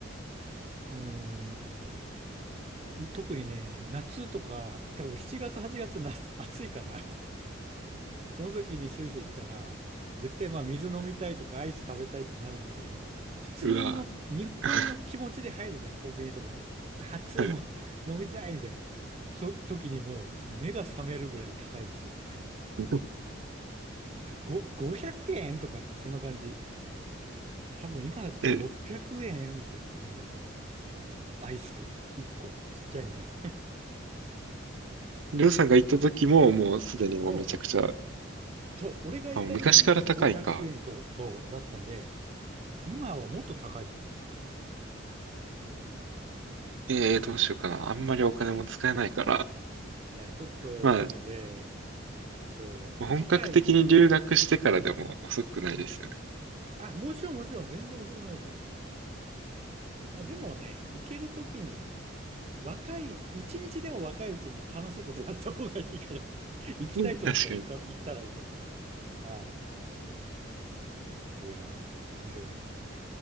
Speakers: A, on the right (about 30°); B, on the right (about 75°).
A: あのー特にね、夏とか、多分7月、8月、夏、暑いからその時にスイス行ったら、絶対まあ水飲みたいとかアイス食べたいってなるんだけど、普通の日本の気持ちで入るじゃん、
B: うわ。<laughs>
A: コンビニとかに。あ熱いもん
B: はい。
A: <laughs> 飲みたいみたいな。そ時にもう目が覚めるぐらい高いですよ。
B: <laughs>
A: ご、500円とかってそんな感じ。多分今だったら600円みたいな感じだと思います。
B: え、
A: アイスとか。1個。ちっちゃいのに。
B: りょうさんが行った時も、もうすでにもうめちゃくちゃ、
A: そう、そう、俺が行った時に500円と、
B: あ、昔から高いか。
A: そう、だったんで、今はもっと高いと思いますよ。
B: えー、どうしようかな。あんまりお金も使えないから。
A: いや、ちょっと、
B: ま
A: なので、そう、
B: あ、本格的に留学してからでも遅くないですよね。
A: 次回、あ、もちろんもちろん全然遅くないですよ。まあでもね、行けるときに、若い、一日でも若いうちに楽しいことやった方がいいから <laughs> 行きたいと思ったら行った、
B: うん確かに。
A: 行ったらいいと思いますよ。はい。いやー、面白いな。